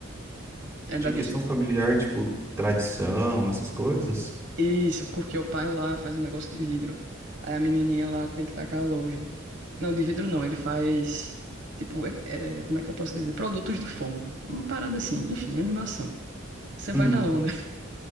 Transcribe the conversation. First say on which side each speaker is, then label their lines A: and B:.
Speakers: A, on the right; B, on the right.
A: É
B: de
A: da
B: questão
A: Disney.
B: familiar, tipo, tradição, essas coisas.
A: Isso, porque o pai lá faz um negócio de vidro. Aí a menininha lá tem que tacar longe. Não, de vidro não, ele faz. Tipo, é- é, como é que eu posso dizer? Produtos do fogo. Uma parada assim, enfim, animação. Você
B: Uhum.
A: vai na onda. <laughs>